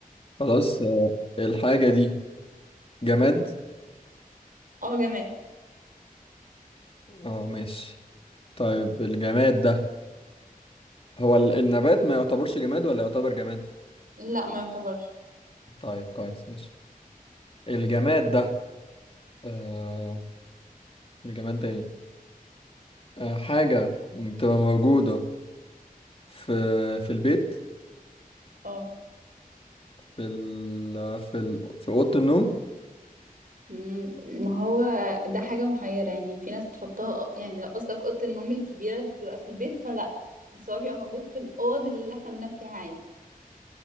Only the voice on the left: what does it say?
خلاص آه، الحاجة دي جماد
اه ماشي طيب الجماد ده هو ال- النبات ما يعتبرش جماد ولا يعتبر جماد؟
طيب كويس ماشي الجماد ده آه الجماد ده ايه؟ آه حاجة بتبقى موجودة في في البيت
في ال في ال في أوضة النوم